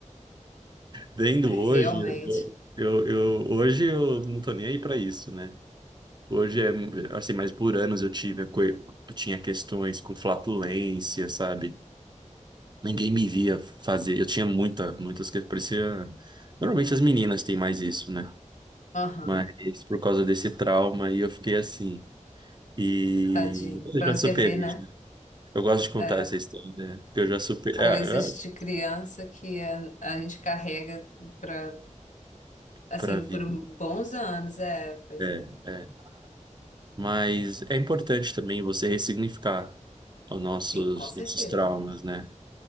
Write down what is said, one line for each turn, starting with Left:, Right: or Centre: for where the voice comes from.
Right: vendo
Left: É realmente.
Right: hoje, eu, eu, hoje eu não tô nem aí pra isso, né? Hoje é, assim, mas por anos eu tive, a coi- eu tinha questões com flatulência, sabe? Ninguém me via fazer. Eu tinha muita, muitas que parecia. Normalmente as meninas têm mais isso, né?
Left: Aham.
Right: Mas por causa desse trauma aí eu fiquei assim. E
Left: Tadinho.
Right: eu
Left: Pra
Right: já
Left: você
Right: superei.
Left: ver, né?
Right: né? Eu gosto de contar
Left: É.
Right: essa história, né? Porque eu já superei.
Left: Coisas
Right: É, é,
Left: de criança que a, a gente carrega pra, assim,
Right: pra vir.
Left: por bons anos. É, pois
Right: É,
Left: é.
Right: é. Mas é importante também você ressignificar os nossos,
Left: Sim, com certeza.
Right: nossos traumas, né?